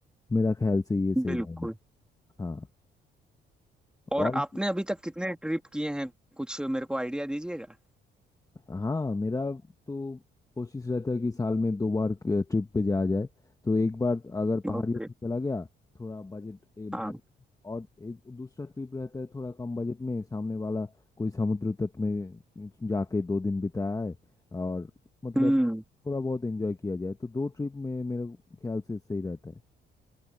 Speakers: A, on the left; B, in the centre.
A: मेरा ख्याल से ये सही
B: बिल्कुल
A: रहेगा हाँ
B: और
A: और
B: आपने अभी तक कितने ट्रिप किए हैं कुछ मेरे को आइडिया दीजिएगा
A: हाँ मेरा तो कोशिश रहता है कि साल में दो बार ट्रिप पे जाया जाए तो एक बार अगर पहाड़ियों
B: ओके
A: पे चला गया थोड़ा बजट ए, भारी
B: हाँ
A: और एक दूसरा ट्रिप रहता है थोड़ा कम बजट में सामने वाला कोई समुद्र तट में जाके दो दिन बिताया है और मतलब
B: हम्म
A: थोड़ा बहुत एंजॉय किया जाए तो दो ट्रिप में मेरे ख्याल से सही रहता है